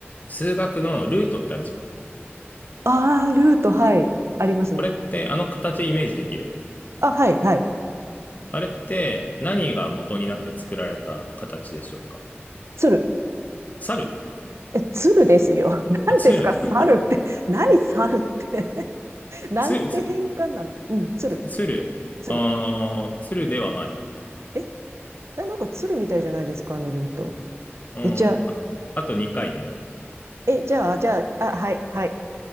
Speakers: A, on the left; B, on the right.
A: 数学のルートってあるじゃん。
B: あールート、はい、ありますね。
A: これってあの形イメージできる
B: あ、はい、はい。
A: あれって何が元になって作られた形でしょうか
B: 鶴。
A: 猿
B: え、鶴ですよ。<laughs> 何ですか、
A: あ、鶴
B: 猿って。
A: <laughs>
B: <laughs> 何、猿って。<laughs> なんて変換なの。
A: 鶴、つ
B: うん、鶴、
A: 鶴。
B: 鶴。
A: あー、鶴ではない。
B: え、ななんか鶴みたいじゃないですか、あのルート。
A: うん。
B: え、じゃあ、
A: あ、あと2回ね。
B: え、じゃあ、じゃあ、あ、はい、はい。